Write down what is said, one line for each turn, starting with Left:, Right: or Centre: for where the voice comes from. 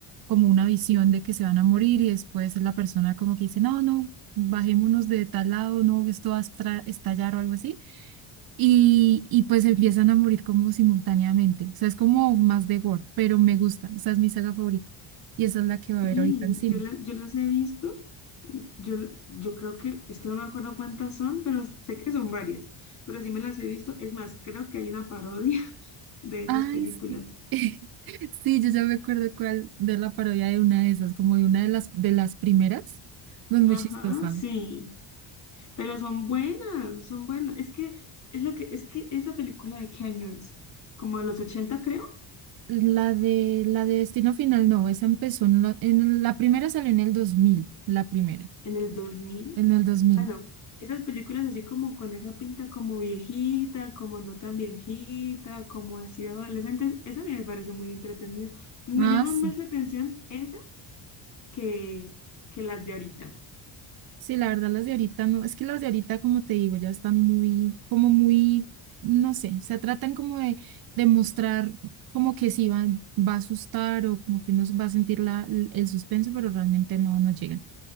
Right: como una visión de que se van a morir y después la persona como que dice, no, no, bajémonos de tal lado, no, esto va a estra- estallar o algo así, y, y pues empiezan a morir como simultáneamente, o sea, es como más de gore, pero me gusta, esa es mi saga favorita y esa es la que va
Left: Sí,
Right: a ver ahorita en cine.
Left: yo, la- yo las he visto. Yo, la- yo creo que, es que no me acuerdo cuántas son, pero sé que son varias. Pero sí me las he visto. Es más, creo que hay una parodia <laughs> de esas
Right: Ay,
Left: películas.
Right: sí. <laughs> Sí, yo ya me acuerdo cuál de la parodia de una de esas, como de una de las de las primeras. Pues muy
Left: Ajá,
Right: chistosa.
Left: sí. Pero son buenas, son buenas. Es que, es lo que, es que esa película de qué año es? Como de los 80, creo.
Right: La de la de Destino Final, no, esa empezó en la, en la primera salió en el 2000, la primera,
Left: en el dos mil
Right: en el dos mil,
Left: Bueno, esas películas así como con esa pinta como viejita, como no tan viejita, como así de adolescentes, eso a mí me parece muy entretenido. Me
Right: Ah,
Left: llaman
Right: sí.
Left: más la atención esas que, que las de ahorita.
Right: Sí, la verdad las de ahorita no, es que las de ahorita, como te digo, ya están muy, como muy, no sé, se tratan como de, de mostrar como que sí van, va a asustar o como que uno va a sentir la, el el suspenso, pero realmente no, no llegan.